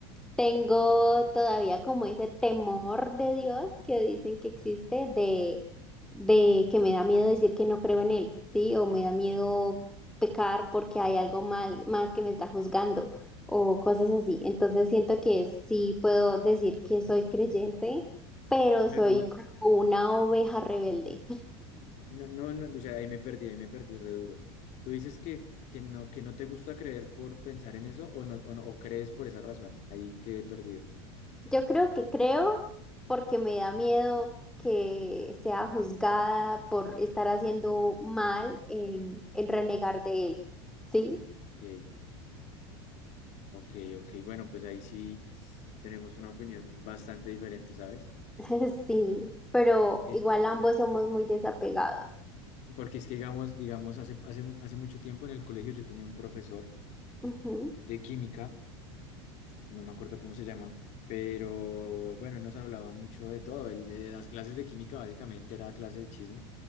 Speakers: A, in the centre; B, on the left.
A: Tengo todavía como ese temor de Dios que dicen que existe de, de que me da miedo decir que no creo en Él, ¿sí? O me da miedo pecar porque hay algo mal, más que me está juzgando o cosas así. Entonces siento que sí puedo decir que soy creyente, pero
B: O sea,
A: soy
B: no,
A: como una oveja rebelde.
B: No, no, no, o sea, ahí me perdí, ahí me perdí re duro. Tú dices que, que no, que no te gusta creer por pensar en eso o no, o no, o crees por esa razón. Ahí quedé perdido.
A: Yo creo que creo porque me da miedo que sea juzgada por estar haciendo mal en, en renegar de él, ¿sí?
B: Ok, ok, ok. Bueno, pues ahí sí tenemos una opinión bastante diferente, ¿sabes?
A: <laughs> Sí, pero
B: Porque
A: igual
B: es,
A: ambos somos muy desapegados.
B: porque es que, digamos, digamos, hace, hace, hace mucho tiempo en el colegio yo tenía un profesor
A: Ujú,
B: de química, no me acuerdo cómo se llama, pero bueno, él nos hablaba mucho de todo. Él, eh, las clases de química básicamente era clase de chisme